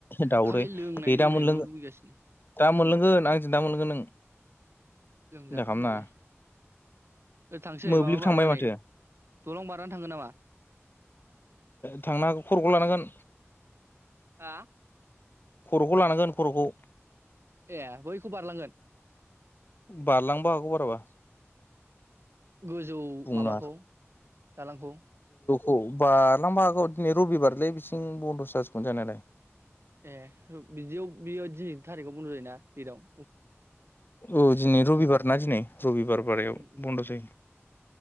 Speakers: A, on the left; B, on the right.
A: दाउदै
B: खालि लोंनाय
A: दे
B: लोंनायल'
A: दा मोनलों
B: लुगैगासिनो
A: दा मोनलों गोन आंजों दा मोनलोंगोन नों
B: लोंजागोन
A: सिन्था खालामनाङा
B: होमबालाय ओरै थांसै
A: मोब्लिब
B: माबा
A: थांबाय
B: बारनानै
A: माथो
B: दलं बारनानै थांगोन नामा
A: थांनो हागौ खर'खौ लानांगोन
B: हा
A: खर'खौ लानांगोन खर'खौ
B: ए बैखौ बारलांगोन
A: बारलांनोबो हागौ बाराबा
B: गोजौ
A: बुंनो
B: माबाखौ दालांखौ
A: औ बारलांनोबो हागौ दिनै रबिबारलै बिथिं बन्द'सो जाजोबगोन जानायालाय
B: ए बिदियाव बियो दिनैनि थारिखआव बन्द' जायोना डेटआव
A: औ दिनै रबिबार ना दिनै रबिबार बारायाव
B: उम उम
A: बन्द' जायो